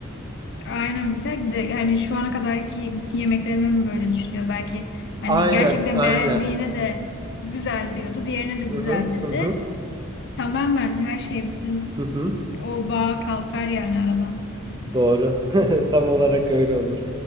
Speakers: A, on the left; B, on the right.
A: Aynen bir tek bir de hani şu ana kadarki bütün yemeklerime mi böyle düşünüyor? Belki hani
B: Aynen,
A: gerçekten
B: aynen.
A: beğendiğine de güzel diyordu, diğerine de güzel
B: Hı hı,
A: dedi.
B: hı hı,
A: Tamamen her şey bütün
B: hı hı.
A: o bağ kalkar yani aradan.
B: Doğru. <laughs> Tam olarak öyle olur.